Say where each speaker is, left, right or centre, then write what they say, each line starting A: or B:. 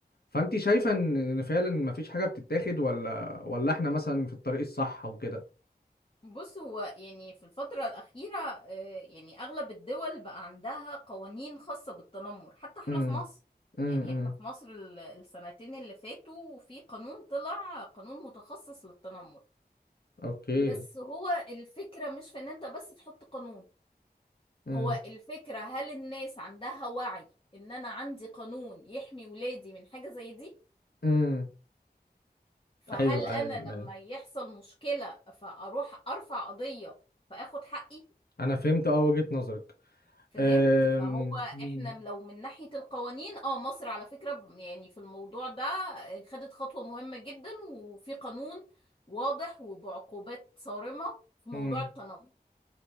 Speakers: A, on the left (about 70°); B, on the left (about 30°).
A: فانت شايفه ان إن فعلا مفيش حاجه بتتاخد ولا ولا احنا مثلا في الطريق الصح وكده
B: بص هو يعني في الفترة الأخيرة آه، يعني أغلب الدول بقى عندها قوانين خاصة بالتنمر حتى احنا
A: امم
B: في مصر
A: امم
B: يعني احنا في مصر ال- السنتين اللي فاتوا في قانون طلع قانون متخصص للتنمر
A: اوكي
B: بس هو الفكرة مش في ان انت بس تحط قانون
A: امم
B: هو الفكرة هل الناس عندها وعي ان انا عندي قانون يحمي ولادي من حاجة زي دي
A: امم
B: فهل
A: ايوه
B: انا
A: ايوه
B: لما
A: ايوه
B: يحصل مشكلة فاروح ارفع قضية فاخد حقي
A: انا فهمت اه وجهة نظرك
B: فهمت
A: أم...
B: فهو احنا
A: مم.
B: لو من ناحية القوانين اه مصر على فكرة ب- يعني في الموضوع ده خدت خطوة مهمة جدا وفي قانون واضح وبعقوبات صارمة في موضوع
A: مم.
B: التنمر